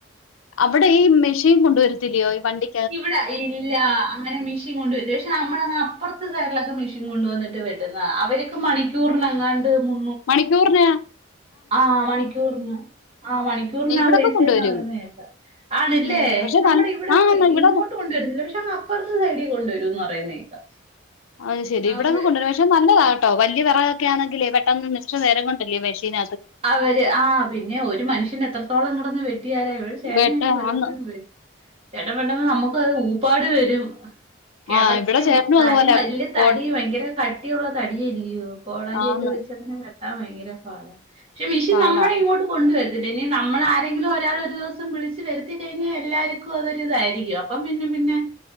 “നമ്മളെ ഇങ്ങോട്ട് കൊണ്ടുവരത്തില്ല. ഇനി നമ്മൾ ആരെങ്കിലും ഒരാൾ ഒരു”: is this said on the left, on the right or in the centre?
Right